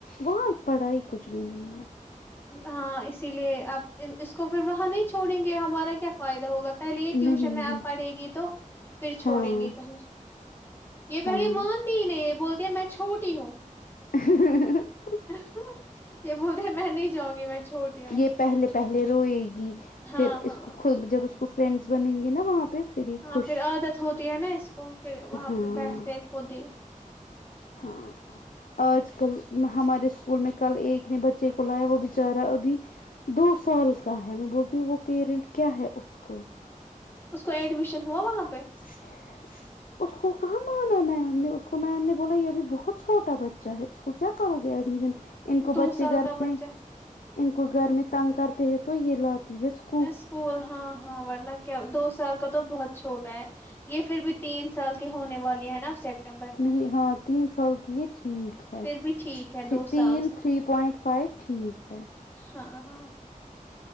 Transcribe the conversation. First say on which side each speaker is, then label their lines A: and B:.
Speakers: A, on the left (about 80°); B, on the left (about 15°).
A: وہاں پڑھائی کچھ بھی نہیں ہے
B: ہاں اسی لیے آپ اس کو پھر وہاں نہیں چھوڑیں گے ہمارا کیا فائدہ ہوگا پہلے ہی ٹیوشن
A: نہیں
B: میں
A: نہیں
B: آپ پڑھے گی تو پھر چھوڑیں
A: ہاں
B: گے کہیں یہ پہلے
A: ہاں
B: مانتے ہی نہیں یہ بولتے میں چھوٹی ہوں
A: <unintelligible>
B: <inaudible> یہ بولتے ہے میں نہیں جاؤں گی میں چھوٹی ہوں
A: یہ پہلے پہلے روئے گی
B: ہاں
A: پھر
B: ہاں
A: اس کو جب اس کو فرینڈس بنیں گے نا وہاں پہ یہ
B: ہاں
A: خوش
B: پھر عادت ہوتی ہے نا اس کو پھر وہاں
A: ہاں
B: پہ بیٹھتے خود ہی
A: ہاں آج کل ہمارے اسکول میں کل ایک نے بچے کو لایا وہ بچارا ابھی دو سال کا ہے میں بولتی ہوں وہ پیرنٹ کیا ہے اس کو
B: اس کو ایڈمیشن ہوا وہاں پہ
A: <inaudible> اس کو کہاں مانا میم نے اس کو میم نے بولا یہ ا بھی بہت چھوٹا بچہ ہے اس کو کیا کیا کرو گی ایڈمیشن ان کو
B: دو
A: بچے
B: سال
A: گھر
B: کا
A: میں
B: بچہ
A: ان کو گھر میں تنگ کرتے ہیں تو یہ لاتی ہے اسک
B: اسکول ہاں ہاں ورنہ کیا دو سال کا تو بہت چھوٹا ہے یہ پھر بھی تین سال کی ہونے والی ہے نا سپٹمبر میں
A: نہیں ہاں تین سال کی یہ ٹھیک ہے
B: پھر بھی ٹھیک ہے دو
A: تین
B: سال سے
A: تری پوائنٹ فائیو ٹھیک ہے
B: ہاں ہاں